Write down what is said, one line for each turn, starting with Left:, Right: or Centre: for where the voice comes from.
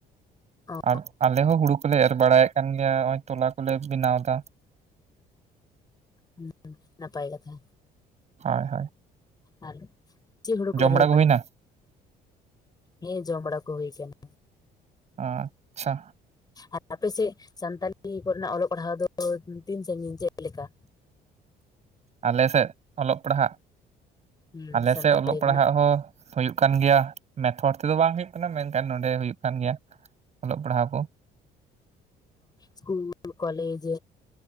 Left: ᱚ
Right: ᱟᱨ ᱟᱞᱮ ᱦᱚᱸ ᱦᱩᱲᱩ ᱠᱚᱞᱮ ᱮᱨ ᱵᱟᱲᱟᱭᱮᱫ ᱠᱟᱱ ᱜᱮᱭᱟ ᱱᱚᱜ ᱚᱭ ᱛᱚᱞᱟ ᱠᱚᱞᱮ ᱵᱮᱱᱟᱣᱫᱟ
Left: ᱦᱩᱸ ᱱᱟᱯᱟᱭ ᱠᱟᱛᱷᱟ
Right: ᱦᱳᱭ ᱦᱳᱭ
Left: ᱟᱨ ᱪᱮᱫ ᱦᱩᱲᱩ ᱠᱚ
Right: ᱡᱚᱢ
Left: ᱮᱨ ᱦᱩᱭᱩᱜ
Right: ᱵᱟᱲᱟ
Left: ᱠᱟᱱᱟ
Right: ᱦᱩᱭᱱᱟ
Left: ᱦᱮᱸ ᱡᱚᱢ ᱵᱟᱲᱟ ᱠᱚ ᱦᱩᱭ ᱠᱟᱱᱟ
Right: ᱟᱪᱪᱷᱟ
Left: ᱟᱨ ᱟᱯᱮ ᱥᱮᱫ ᱥᱟᱱᱛᱟᱞᱤ ᱠᱚᱨᱮᱱᱟᱜ ᱚᱞᱚᱜ ᱯᱟᱲᱦᱟᱣ ᱫᱚ ᱛᱤᱱ ᱥᱟᱺᱜᱤᱧ ᱪᱮᱫ ᱞᱮᱠᱟ
Right: ᱟᱞᱮ ᱥᱮᱫ ᱚᱞᱚᱜ ᱯᱟᱲᱦᱟᱜ
Left: ᱦᱩᱸ
Right: ᱟᱞᱮ
Left: ᱥᱟᱱᱛᱟᱲᱤ
Right: ᱥᱮᱫ ᱚᱞᱚᱜ ᱯᱟᱲᱦᱟᱜ
Left: ᱨᱮᱱᱟᱜ
Right: ᱦᱚ ᱦᱩᱭᱩᱜ ᱠᱟᱱ ᱜᱮᱭᱟ ᱢᱮᱛᱷᱳᱰ ᱛᱮᱫᱚ ᱵᱟᱝ ᱦᱩᱭᱩᱜ ᱠᱟᱱᱟ ᱢᱮᱱᱠᱷᱟᱱ ᱱᱚᱰᱮ ᱦᱩᱭᱩᱜ ᱠᱟᱱ ᱜᱮᱭᱟ ᱚᱞᱚᱜ ᱯᱟᱲᱦᱟᱣ ᱠᱚ
Left: ᱥᱠᱩᱞ ᱠᱚᱞᱮᱡᱽ